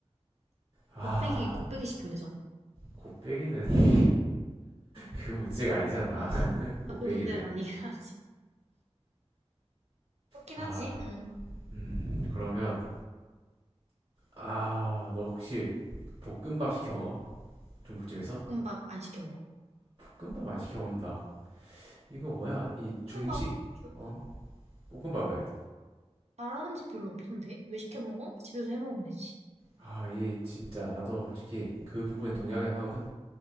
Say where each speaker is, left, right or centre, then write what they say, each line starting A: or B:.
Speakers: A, on the right; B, on the right.
A: 아,
B: 곱빼기, 곱빼기 시키면 되잖아.
A: 곱빼기는 <laughs> 그 문제가 아니잖아.
B: 어.
A: <laughs> 곱빼기는.
B: 아, 그 문제가 아니긴 하지. 그렇긴
A: 아,
B: 하지. 응.
A: 음, 그러면, 아, 너 혹시 볶음밥 시켜 먹어? 중국집에서?
B: 볶음밥 안 시켜 먹어.
A: 볶음밥 안 시켜 먹는다. 이거 뭐야? 이 중식,
B: 볶음밥 저-
A: 어? 볶음밥 왜?
B: 잘하는 집 별로 없던데? 왜 시켜 먹어? 집에서 해 먹으면 되지.
A: 아, 이 진짜 나도 솔직히 그 부분에 동의하긴 하거든?